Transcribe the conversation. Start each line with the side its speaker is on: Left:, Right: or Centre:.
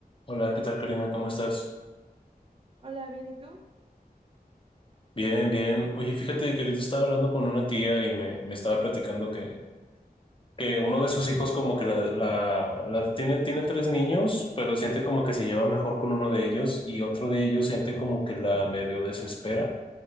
Left: Hola, ¿qué tal, Karina? ¿Cómo estás?
Right: Hola, bien, ¿y tú?
Left: Bien, bien. Oye, fíjate que ahorita estaba hablando con una tía y me, me estaba platicando que, que uno de sus hijos como que la, la- la- tiene, tiene tres niños, pero siente como que se lleva mejor con uno de ellos y otro de ellos siente como que la medio desespera.